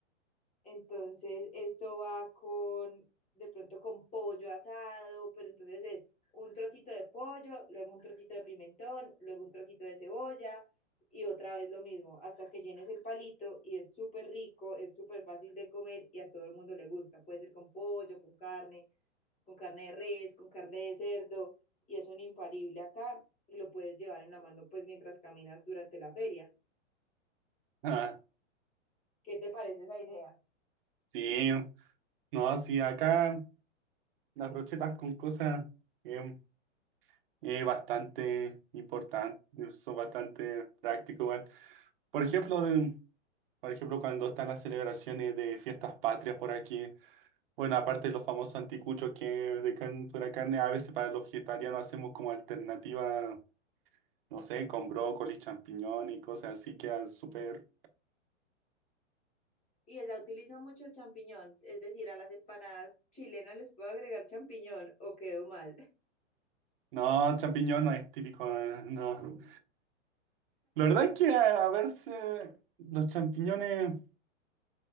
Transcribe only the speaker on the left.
Entonces, esto va con, de pronto con pollo asado, pero entonces es un trocito de pollo, luego un trocito de pimentón, luego un trocito de cebolla y otra vez lo mismo, hasta que llenes el palito y es súper rico, es súper fácil de comer y a todo el mundo le gusta. Puede ser con pollo, con carne, con carne de res, con carne de cerdo y es un infalible acá y lo puedes llevar en la mano pues mientras caminas durante la feria.
¿Qué te parece esa idea?
Y ella utiliza mucho el champiñón, es decir, a las empanadas chilenas les puedo agregar champiñón o quedo mal, <laughs>